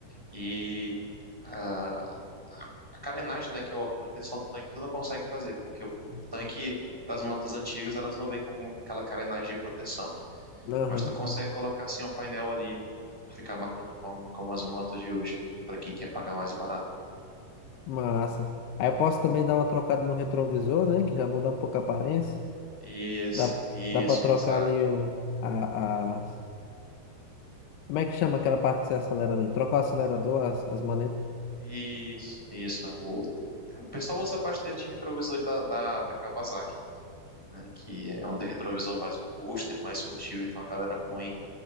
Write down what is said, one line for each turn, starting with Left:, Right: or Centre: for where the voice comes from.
Centre: E a, a, a carenagem, né, que é a proteção do tanque, tu não consegue fazer, porque o, o tanque das motos antigas, elas não vêm com aquela carenagem de proteção.
Left: Aham.
Centre: Mas tu consegue colocar, assim, um painel ali pra ficar bacana como, como as motos de hoje, né? Pra quem quer pagar mais barato.
Left: Massa. Aí eu posso também dar uma trocada no retrovisor, né? Que já muda um pouco a aparência.
Centre: Isso,
Left: Dá,
Centre: isso,
Left: dá pra trocar
Centre: isso. A,
Left: ali o... A, a... Como é que chama aquela parte que você acelera ali? Troca o acelerador, as, as manetas.
Centre: Isso, isso. O, o pessoal usa bastante retrovisor da, da, da Kawasaki, né? Que é um de retrovisor mais robusto, ele é mais combustível, então a galera põe